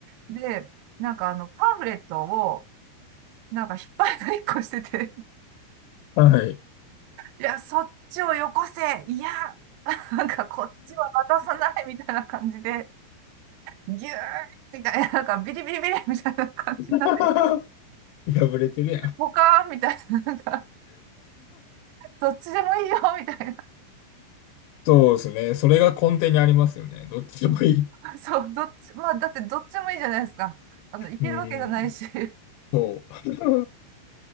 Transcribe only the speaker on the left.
はい。
<laughs> 破れてるやん。
そうですね。それが根底にありますよね。どっちでもいい。
うん。
そう。